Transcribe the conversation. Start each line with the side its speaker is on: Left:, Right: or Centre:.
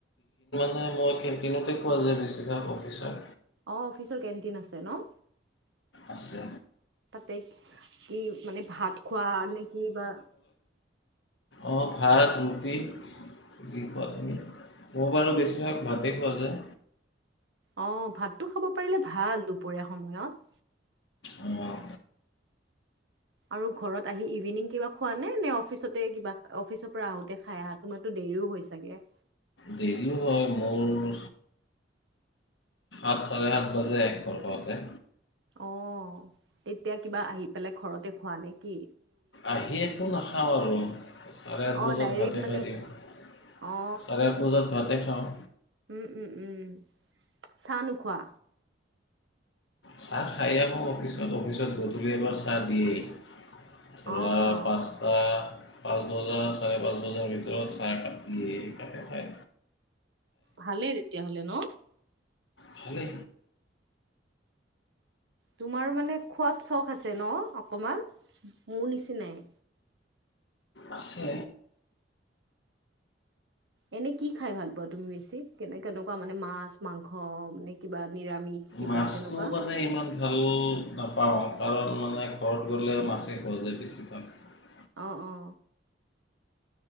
Left: নাই মই কেণ্টিনতে খোৱা যায় বেছিভাগ অফিচৰ।
Right: অহ, অফিচৰ কেণ্টিন আছে ন?
Left: আছে।
Right: তে কি মানে ভাত খোৱা নে কি বা?
Left: অহ, ভাত ৰুটি যি খোৱা তুমি মোৰ বাৰু বেছিভাগ ভাতেই খোৱা যায়।
Right: অহ, ভাতটো খাব পাৰিলে ভাল দুপৰীয়া সময়ত।
Left: উম, অহ
Right: আৰু ঘৰত আহি ইভিনিং কিবা খোৱা নে- নে অফিচতে কিবা অফিচৰ পৰা আহোতে খাই আহা তোমাৰতো দেৰিও হয় চাগে।
Left: দেৰিও হয় মোৰ আঠ চাৰে আাত বাজে এহ ঘৰ পাওঁতে।
Right: অ এতিয়া কিবা আহি পেলাই ঘৰতে খোৱা নেকি?
Left: আহি একো নাখাওঁ আৰু চাৰে আঠ
Right: অ
Left: বজাত
Right: ডাইৰেক্ট
Left: ভাতে
Right: মানে
Left: খাই দিওঁ
Right: অ
Left: চাৰে আঠ বজাত ভাতে খাওঁ।
Right: উমম চাহ নোখোৱা?
Left: চাহ খায় এই আহো অফিচত। অফিচত গধূলি এবাৰ চাহ দিয়েই। ধৰা
Right: অ',
Left: পাঁচটা পাঁচ বজা চাৰে পাঁচ বজাৰ ভিতৰত চাহ কাপ দিয়ে তাকে খাই
Right: ভালেই তেতিয়াহলে ন?
Left: ভালে
Right: তোমাৰ মানে খোৱাত চখ আছে ন অকমান মোৰ নিচিনাই।
Left: আছে।
Right: এনে কি খাই ভাল পোৱা তুমি বেছি কেনে কেনেকুৱা মানে মাছ মাংস নে কিবা নিৰামিষ কিবা
Left: মাছটো
Right: তেনেকুৱা?
Left: মানে ইমান ভাল পাওঁ কাৰণ মানে ঘৰত গ'লে মাছে খোৱা যায় বেছিভাগ
Right: অ অ।